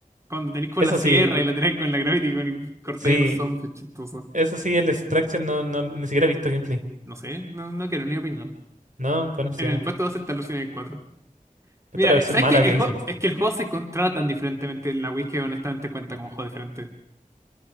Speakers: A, on the right; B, on the right.
A: Cuando tenéis con
B: Eso
A: la sierra
B: sí,
A: y la tenéis con la gravity gun y cortáis
B: sí,
A: a los zombies, chistoso.
B: eso sí, el Extraction no, no, ni siquiera he visto gameplay.
A: No sé, no, no quiero ni opinar.
B: No, bueno, sigamos.
A: En el puesto 2 está Resident Evil cuatro Mira,
B: Esta es la versión
A: eh, ¿sabes
B: mala
A: qué? El
B: que dicen.
A: juego,
B: po.
A: es que el juego se controla tan diferentemente en la Wii que honestamente cuenta como un juego diferente.